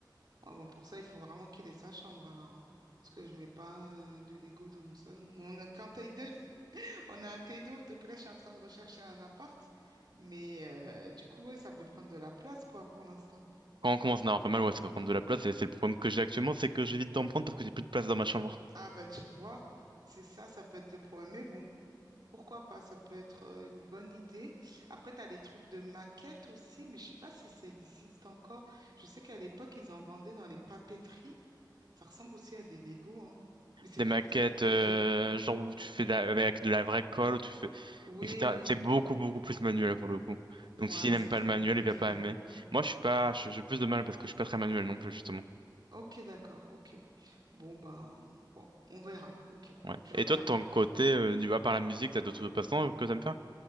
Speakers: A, on the right (about 60°); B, on the right (about 80°).
A: Ah bon, pour ça, il faut vraiment qu'il ait sa chambre alors, hein. Parce que je mets pas euh, de Lego dans mon salon. On a qu'un taille deux, <laughs> on a un t deux, donc là, je suis en train de rechercher un appart. Mais euh, du coup, ouais, ça peut prendre de la place, quoi, pour l'instant.
B: Quand on commence à en avoir pas mal ouais ça peut prendre de la place et c'est le problème que j'ai actuellement c'est que j'évite d'en prendre parce que j'ai plus de place dans ma chambre.
A: Ah bah tu vois, c'est ça, ça peut être le problème. Mais bon, pourquoi pas, ça peut être euh, une bonne idée. Après, tu as les trucs de maquettes aussi, mais je sais pas si ça existe encore. Je sais qu'à l'époque, ils en vendaient dans les papeteries. Ça ressemble aussi à des Lego, hein. Mais c'est
B: Des
A: plus
B: maquettes,
A: peut-être compliqué.
B: euh, genre où tu fais de la- avec de la vraie colle, où tu fais,
A: Oui,
B: etc.
A: oui,
B: C'est beaucoup, beaucoup plus manuel pour le coup. Donc
A: ouais,
B: s'il n'aime
A: c'est
B: pas
A: trop
B: le manuel,
A: compliqué,
B: il va pas
A: hein.
B: aimer. Moi, je suis pas, je- j'ai plus de mal parce que je suis pas très manuel non plus, justement.
A: Ok, d'accord, ok. Bon, ben, bon, on verra, ok.
B: Ouais.
A: Je vais
B: Et
A: regarder.
B: toi, de ton côté, euh, du- à part la musique, t'as d'autres passe-temps que t'aimes faire?